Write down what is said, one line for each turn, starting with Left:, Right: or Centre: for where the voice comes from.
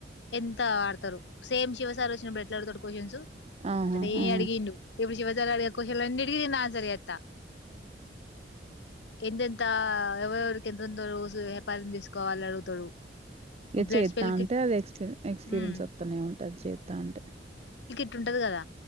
Left: ఎంత వాడతారు సేమ్ శివ సార్ వచ్చినప్పుడు ఎట్లా అడుగుతాడు క్వ్చన్స్
Right: ఆ! ఆహా!
Left: అట్లనే
Right: ఆ!
Left: అడిగిండు ఎప్పుడు శివ సార్ అడిగిన క్వశ్చన్ అన్నిటికి ఆన్సర్ చేత్త
Right: ఉ
Left: ఎంతెంత ఎవరెవరికి ఎంతంత హెపారం తీసుకోవాలి అడుగుతాడు
Right: ఇక
Left: బ్లడ్
Right: చేద్దా
Left: స్పెల్
Right: అంటే
Left: కిట్
Right: అది ఎక్స్పీ ఎక్స్పీరియన్స్
Left: ఉమ్
Right: వస్తనే ఉంటుది చేస్తా అంటే
Left: ంటది కదా